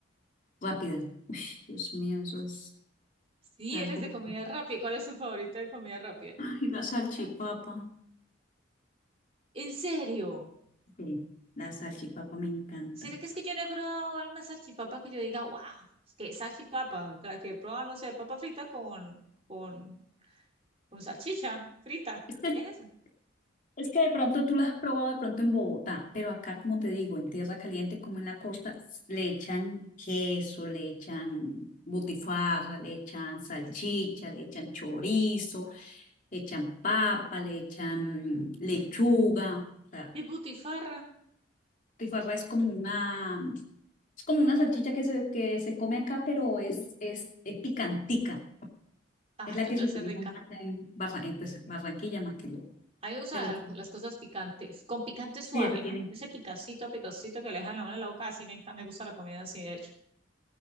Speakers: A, on the left; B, on the right.
A: rápida, Uy, Dios mío, eso es
B: Sí,
A: algo,
B: eres de comida rápida. ¿Cuál es tu favorita de comida rápida?
A: y la salchipapa,
B: ¿En serio?
A: sí, la salchipapa me encanta.
B: ¿Será que es que yo no he probado alguna salchipapa que yo diga, wow, que salchipapa? La que he probado, no sé, papa frita con, con, con salchicha frita.
A: <laughs>
B: ¿Qué es eso?
A: Es que de pronto tú la has probado de pronto en Bogotá, pero acá, como te digo, en tierra caliente como en la costa, s- le echan queso, le echan butifarra, le echan salchicha, le echan chorizo, le echan papa, le echan lechuga. O sea,
B: Es butifarra.
A: butifarra es como una, es como una salchicha que se, que se come acá, pero es, es, es picantica.
B: Ah,
A: Es
B: esto
A: la que
B: debe
A: se utiliza
B: ser rica.
A: acá en, Barra- en, pues, Barranquilla más que todo.
B: A mí me gustan
A: Pero
B: las
A: sí,
B: las cosas picantes, con picante suave,
A: sí, eso tiene.
B: ¿no? Ese picacito, picacito que le deja la mano en la boca, así me encanta, me gusta la comida así, de hecho.